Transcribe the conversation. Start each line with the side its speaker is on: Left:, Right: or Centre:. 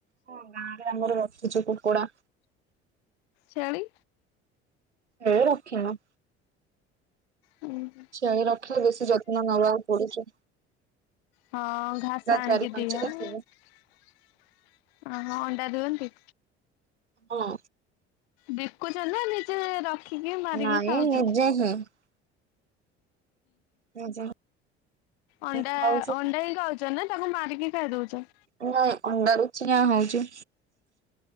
Right: ହଁ ଗାଁରେ ଆମର ରଖିଚୁ କୁକୁଡା।
Left: ଛେଳି?
Right: <unintelligible> ରଖିନୁ।
Left: ହୁଁ।
Right: ଛେଳି ରଖିଲେ ବେଶୀ ଯତ୍ନ ନବାକୁ ପଡୁଚି।
Left: ହଁ ଘାସ ଆଣିକି
Right: ଚାରି ପାଞ୍ଚଟା
Left: ଦିଅ <unintelligible>
Right: ଥିବ
Left: ଅଣ୍ଡା ଦିଅନ୍ତି?
Right: ହଁ।
Left: ବିକୁଚ ନା ନିଜେ ରଖିକି ମାରିକି
Right: ନାଇଁ
Left: ଖାଉଚ?
Right: <unintelligible> ନିଜେ ହିଁ
Left: ଅଣ୍ଡା-ଅଣ୍ଡା
Right: ଖାଉଛୁ
Left: ହିଁ ଖାଉଚ ନା ତାଙ୍କୁ ମାରିକି ଖାଇ ଦଉଚ?
Right: ନାଇଁ ଅଣ୍ଡାରୁ ଚିଆଁ ହଉଚି।